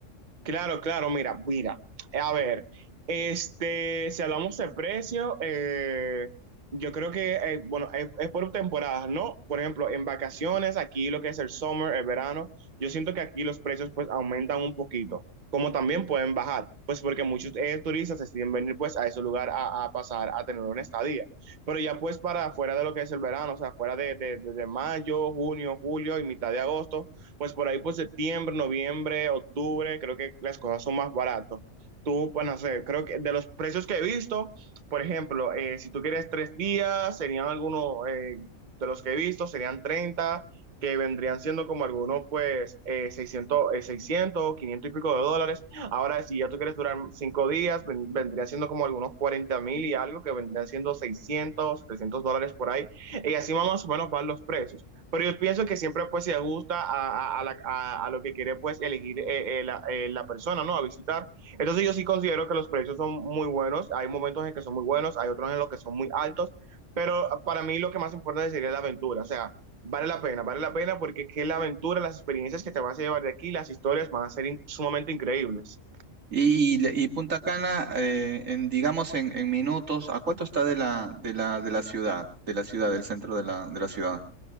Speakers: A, on the right; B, on the right.
A: Claro, claro, mira, mira. Eh, A ver, este, si hablamos de precio, eh, yo creo que, eh, bueno, es, es por temporadas, ¿no? Por ejemplo, en vacaciones, aquí lo que es el summer, el verano, yo siento que aquí los precios pues aumentan un poquito, como también pueden bajar, pues porque muchos eh, turistas deciden venir pues a ese lugar a, a pasar, a tener una estadía. Pero ya pues para fuera de lo que es el verano, o sea, fuera de, de, de de mayo, junio, julio y mitad de agosto pues por ahí por septiembre, noviembre, octubre, creo que las cosas son más baratas. Tú, pues no sé, creo que de los precios que he visto, por ejemplo, eh, si tú quieres tres días, serían algunos, eh, de los que he visto, serían treinta que vendrían siendo como algunos, pues, eh, seiscientos eh, 600, 500 y pico de dólares. Ahora, si ya tú quieres durar cinco días, ven- vendría siendo como algunos cuarenta mil y algo, que vendrían siendo seiscientos 300 dólares por ahí. Y así más o menos van los precios. Pero yo pienso que siempre pues se ajusta a, a- a la- a- a lo que quiere pues elegir eh, eh, la, eh, la persona, ¿no? A visitar. Entonces yo sí considero que los precios son muy buenos. Hay momentos en que son muy buenos, hay otros en los que son muy altos, pero ah, para mí lo que más importante sería la aventura. O sea, vale la pena, vale la pena porque es que la aventura, las experiencias que te vas a llevar de aquí, las historias van a ser in- sumamente increíbles.
B: Y, y, le- y Punta Cana, eh, en, digamos, en, en minutos, ¿a cuánto está de la, de la, de la ciudad, de la ciudad, del centro de la, de la ciudad?